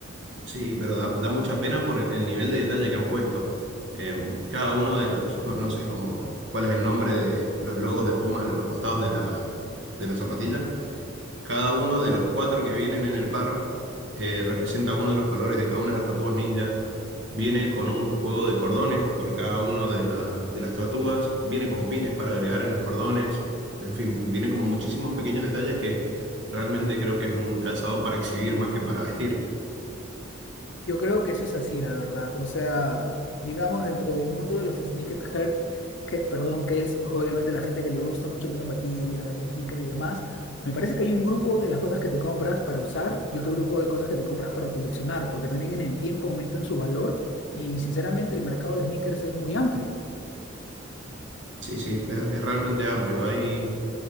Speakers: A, on the right; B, on the left.
A: Sí, pero da, da mucha pena por el, el nivel de detalle que han puesto. Em, cada uno de los, no, no sé cómo, cuál es el nombre de los logos de Puma a los costados de la, de la zapatilla Cada uno de los cuatro que vienen en el par eh, representa uno de los colores de cada una de las tortugas ninja. Viene con un juego de cordones por cada uno de, la- de las tortugas. Viene con pines para agregar en los cordones. En fin, viene con muchísimos pequeños detalles que realmente creo que es un calzado para exhibir más que para vestir.
B: Yo creo que eso es así, la verdad. O sea, digamos, dentro del mundo de los sneakerheads, que, perdón, que es obviamente la gente que le gusta mucho las zapatillas, los sneakers y demás, me parece que hay un grupo de las cosas que te compras para usar y otro grupo de cosas que te compras para coleccionar, porque también en el tiempo aumentan su valor y sinceramente el mercado de sneakers es muy amplio.
A: Sí, sí, es, es realmente amplio. Hay